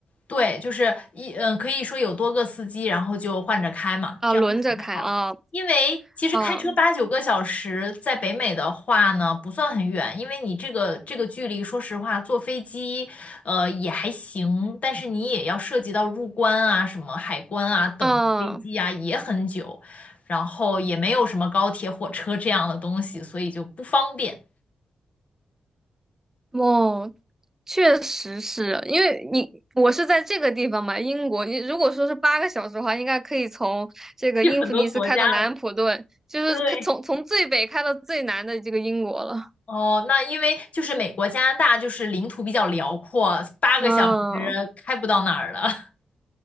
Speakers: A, on the left (about 60°); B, on the right (about 15°).
A: 对，就是一嗯，可以说有多个司机，然后就换着开嘛，
B: 啊，
A: 这样就还好。
B: 轮着开啊
A: 因为其实开车八九个小时，
B: 啊
A: 在北美的话呢，不算很远，因为你这个这个距离，说实话，坐飞机，呃，也还行，但是你也要涉及到入关啊、什么海关啊、等飞机啊，
B: 啊！
A: 也很久，然后也没有什么高铁、火车这样的东西，所以就不方便。
B: 哦，确实是因为你我是在这个地方嘛，英国，你如果说是八个小时的话，应该可以从这个英弗尼斯开到南安普顿，
A: <laughs> 去很多国家了，
B: 就是可从从最北开到最南的这个英国了。
A: 对。哦，那因为就是美国、加拿大就是领土比较辽阔，八个小时
B: 嗯
A: 开不到哪儿了。<laughs>